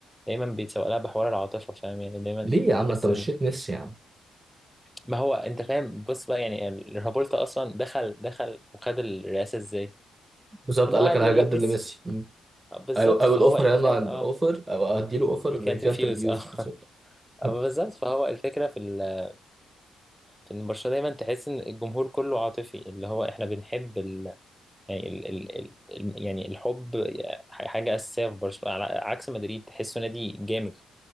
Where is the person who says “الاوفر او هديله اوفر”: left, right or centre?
Right